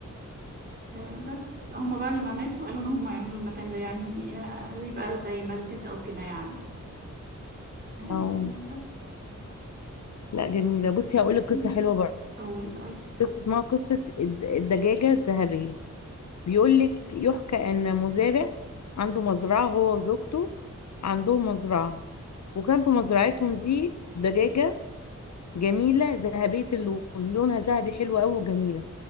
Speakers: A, on the right (about 35°); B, on the left (about 65°).
A: آه، بس هما بقى لما ماتوا قالوا ان هما يعملوا المكان ده يعني آه، يبقى زي مسجد او كده يعني آه،
B: اه
A: بس
B: لا جميلة بصي هقولك
A: مم.
B: قصة حلوة برضه
A: قولي طيب
B: قصة اسمها قصة الد- الدجاجة الذهبية بيقول لك يحكى ان مزارع عنده مزرعه هو وزوجته عندهم مزرعه وكان في مزرعتهم دي دجاجه جميله ذهبيه اللون لونها ذهبي حلو قوي وجميله